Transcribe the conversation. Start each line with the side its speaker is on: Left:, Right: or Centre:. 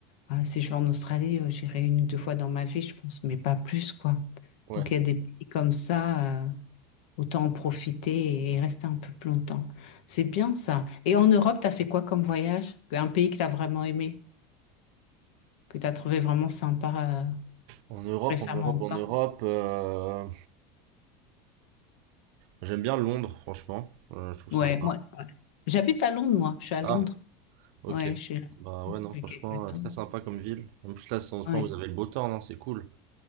Left: Ah, si je vais en Australie, euh, j'irai une ou deux fois dans ma vie, je pense, mais pas plus, quoi.
Right: ouais.
Left: Donc il y a des pays comme ça, euh, autant en profiter et rester un peu plus longtemps. C'est bien ça. Et en Europe, tu as fait quoi comme voyage? Un pays que tu as vraiment aimé? que tu as trouvé vraiment sympa euh,
Right: En Europe,
Left: récemment
Right: en Europe,
Left: ou pas?
Right: en Europe, euh, j'aime bien Londres, franchement. Euh, je trouve
Left: Ouais,
Right: sympa.
Left: moi, ouais. J'habite à Londres, moi. Je suis à
Right: Ah,
Left: Londres.
Right: ok.
Left: Ouais, je suis là
Right: Bah
Left: depuis
Right: ouais, non, franchement,
Left: quelques temps.
Right: euh, très sympa comme ville. En plus, là, en ce
Left: Ouais.
Right: moment, vous avez le beau temps, non? C'est cool.